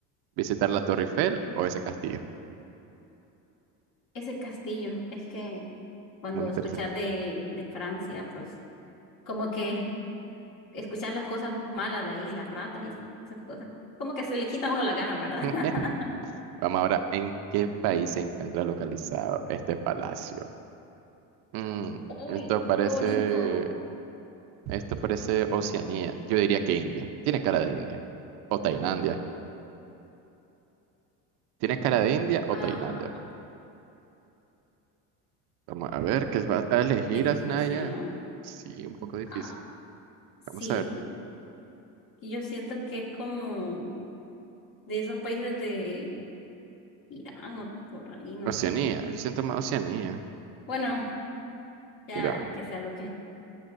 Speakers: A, on the right; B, on the left.
A: ¿Visitar la Torre Eiffel o ese castillo?
B: Ese castillo, es que cuando
A: Muy interesante.
B: escuchas de, de Francia, pues como que escuchar las cosas malas de ahí, las ratas y esas cosas, como que se le quita a uno las ganas, ¿verdad?
A: <laughs>
B: <laughs>
A: Vamos ahora, ¿en qué país se encuentra localizado este palacio? Mm,
B: Uy,
A: esto parece
B: qué bonito.
A: Esto parece Oceanía. Yo diría que India. Tiene cara de India. O Tailandia. Tiene cara de India o
B: Ah,
A: Tailandia. Vamos a ver, ¿qué va a
B: qué,
A: elegir
B: qué difícil,
A: Asnaya?
B: ¿no?
A: Sí, un poco difícil.
B: Ah, sí,
A: Vamos a ver.
B: y yo siento que es como de esos países de Irán o por ahí, no
A: Oceanía.
B: sé.
A: Yo siento más Oceanía.
B: Bueno, ya
A: Irán.
B: que sea lo que,